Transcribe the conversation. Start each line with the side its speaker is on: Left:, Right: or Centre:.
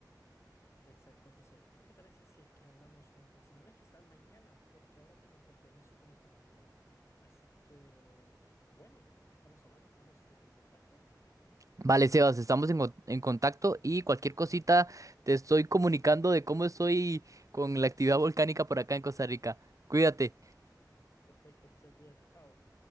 Left: Exacto, José. ¿Qué te parece si es que hablamos una próxima vez? Quizás mañana, porque ahora tengo un compromiso con mi familia. Así que, bueno, estamos hablando, estamos en contacto.
Right: Vale, Sebas, estamos en, co- en contacto y cualquier cosita te estoy comunicando de cómo estoy con la actividad volcánica por acá en Costa Rica. Cuídate.
Left: Per- Perfecto, José, cuídate, chao.